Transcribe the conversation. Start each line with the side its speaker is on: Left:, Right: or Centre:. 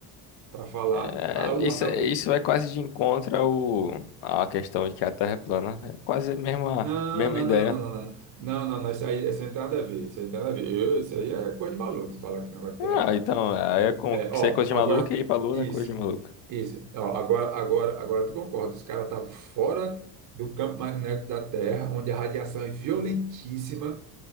Right: Para falar.
Left: É,
Right: Ah, o,
Left: isso,
Right: a-
Left: é-
Right: o-
Left: isso é quase de encontro ao, à questão de que a Terra é plana. É quase a mesma,
Right: não,
Left: mesma
Right: não,
Left: ideia.
Right: não, não, não, não, não. Não, não, não, isso aí, isso aí não tem nada a ver. Isso aí não tem nada a ver. Eu- isso aí é coisa de maluco, se falar que o negócio de
Left: Ah,
Right: terra é plana.
Left: então, aí é como
Right: É,
Left: que
Right: ó,
Left: isso é coisa de
Right: agora.
Left: maluco
Right: tu-
Left: e ir pra lua
Right: Isso,
Left: é coisa de maluco.
Right: isso. Ó, agora, agora, agora tu concorda. Os caras estavam fora do campo magnético da Terra, onde a radiação é violentíssima.